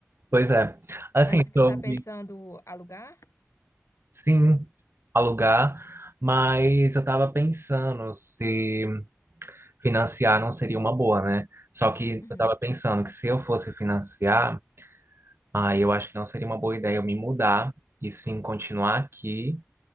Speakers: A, on the right; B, on the left.
A: Pois é. Assim,
B: Mas tu
A: sobre,
B: tá pensando alugar?
A: sim, alugar, mas eu tava pensando se financiar não seria uma boa, né? Só que
B: Uhum,
A: eu tava pensando que se eu fosse financiar, aí eu acho que não seria uma boa ideia eu me mudar e sim continuar aqui